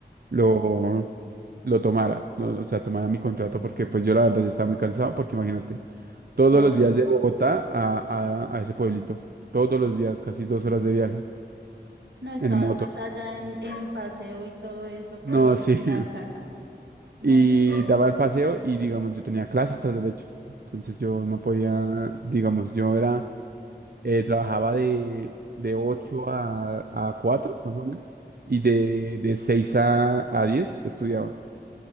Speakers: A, on the right (about 60°); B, on the right (about 75°).
A: lo, lo tomara, lo- o sea, tomara mi contrato porque pues yo la verdad ya estaba muy cansado porque imagínate, todos
B: No,
A: los días de Bogotá a, a, a ese pueblito, todos los días, casi dos horas de viaje
B: no estabas
A: en moto.
B: más allá en, en paseo y todo eso que
A: No, sí.
B: en
A: <laughs>
B: la casa. No,
A: Y
B: te- eh,
A: daba el paseo y, digamos, yo tenía clases tras derecho. Entonces yo no podía, digamos, yo era, eh, trabajaba de, de 8 a, a 4 más o menos, y de, de 6 a, a 10 estudiaba.